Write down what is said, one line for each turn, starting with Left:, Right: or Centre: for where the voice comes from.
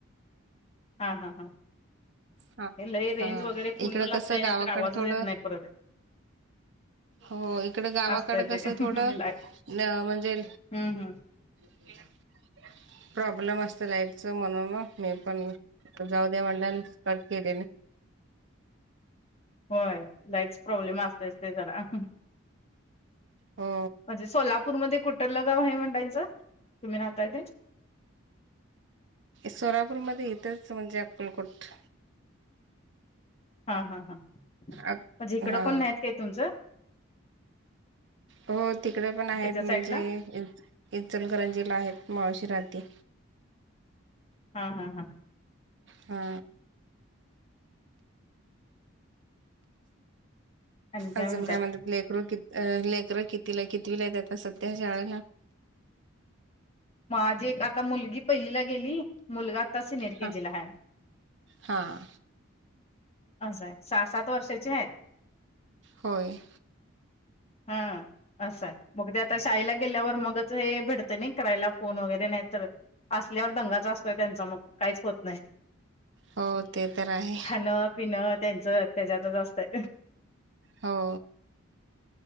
Left: हा हा हा.
Right: हा
Left: हे ल रेंज
Right: हा
Left: वगैरे पूर्ण
Right: इकडं
Left: लागताय
Right: कसं
Left: नाही
Right: गावाकड
Left: तर आवाजच
Right: थोडं
Left: येत नाही परत. <inaudible>
Right: हो इकड गावाकडे
Left: असतय
Right: कसं
Left: ते
Right: थोडं
Left: लाईट
Right: न म्हणजे.
Left: हम्म हम्
Right: इना मीना. प्रॉब्लेम असतं लाईटचं म्हणून मी पण जाऊ द्या म्हंनल. कट केेलेेने.
Left: होय लाईटच प्रॉब्लेम असतेच ते जरा.
Right: हो
Left: म्हणजे सोलापूरमध्ये कुठलं गाव आहे मंडाईचं तुम्ही राहताय ते.
Right: सोलापूरमध्ये इथंच म्हणजे अक्कलकोट.
Left: हा हा हा म्हणजे
Right: अ
Left: इकडं
Right: हा
Left: कोण नाहीत काय तुमचं.
Right: हो तिकडे पण आहेत
Left: तिकडच्या साईडला
Right: म्हणजे इ इचलकरंजीला आहेत मावशीराती.
Left: हा हा हा.
Right: हा.
Left: आणि
Right: आजुन
Left: म्हणताय
Right: काय म्हणत लेकरू किती. अ लेकरं कितीला कितवी ला आहेत आता सध्या शाळेला.
Left: माझी एक आता मुलगी पहिलीला गेली मुलगा. सिनियर केजीला
Right: हा
Left: हाय
Right: हा.
Left: असं आहे सहा सात वर्षाची आहेत.
Right: होय.
Left: हा असं मगद आता शाळेला. गेल्यावर मगच हे भेडतं नाही करायला फोन वगैरे नाही तर असल्यावर दंगाचा असतोय त्यांचा मग. काहीच होत नाही
Right: हो ते तर आहे
Left: खाण. पिन त्यांच त्याच्यातच असतय.
Right: हो.